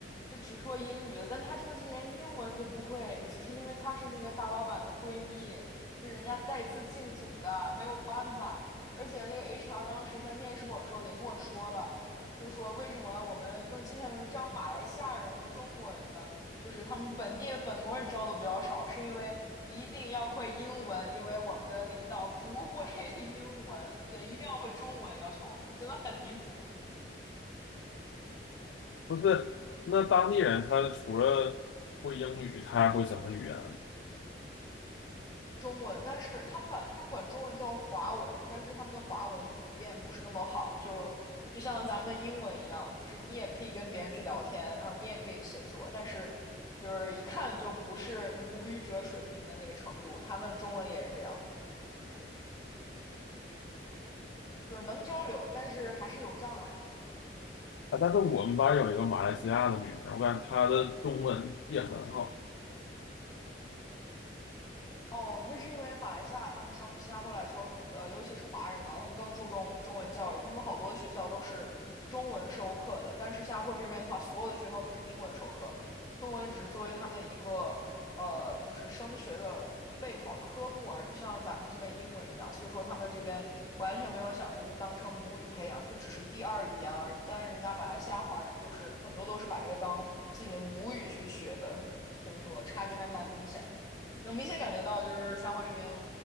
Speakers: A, on the left; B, on the left.
A: 就只说英语，但他真的是连英文都不会，只是因为他是那个大老板的闺蜜，是人家带资进组的，没有办法。而且那个 HR 当时在面试我的时候也跟我说了，就说为什么我们更倾向于招马来西亚人和中国人呢？就是他们本地的本国人招的比较少，是因为一定要会英文，因为我们的领导不会 <laughs> 英文，不对，一定要会中文，要求我们真的很离谱。
B: 不是，那当地人他除了会英语，他还会什么语言呢？
A: 中文，但是他们管他们管中文叫华文，但是他们的华文普遍不是那么好，就就像咱们的英文一样，就是你也可以跟别人去聊天，然后你也可以写作，但是就是一看就不是母语者水平的那个程度。他们中文也是这样的，就是能交流，但是还是有障碍。
B: 啊，但是我们班有一个马来西亚的女生，我感觉她的中文也很好。
A: 哦，那是因为马来西亚他们相比新加坡来说，呃，尤其是华人呢，他们更注重中文教育，他们好多的学校都是中文授课的，但是新加坡这边的话，所有的学校都是英文授课，中文只是作为他们的一个呃，就是升学的备考科目而已，就像咱们这边英文一样，所以说他们这边完全没有想就是当成母语培养，就只是第二语言而已，但是人家马来西亚华人就是很多都是把这个当自己的母语去学的，所以说差距还蛮明显的。能明显感觉到，就是新加坡这边，